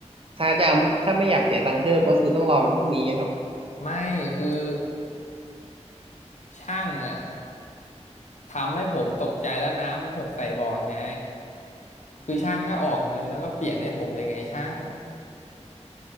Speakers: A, on the right; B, on the left.
A: ถ้าจะเอาถ้าไม่อยากเสียตังค์เพิ่มก็คือต้องรอเป็นพรุ่งนี้ครับ
B: ไม่คือ ช่างอ่ะทำให้ผมตกใจแล้วน้ำมันหกใส่บอร์ดไงคือช่างก็ออกเงินแล้วก็เปลี่ยนให้ผมเลยไงช่าง